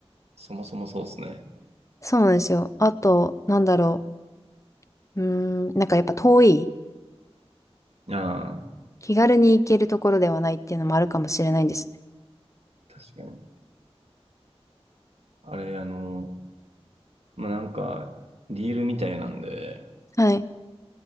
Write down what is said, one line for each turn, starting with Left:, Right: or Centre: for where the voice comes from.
Right: そもそもそうですね。
Left: そうなんですよ。あと、なんだろう。うーん、なんかやっぱ遠い。
Right: ああ、
Left: 気軽に行けるところではないっていうのもあるかもしれないですね。
Right: 確かに。あれ、あの、まあ、なんか、ディールみたいなんで、
Left: はい。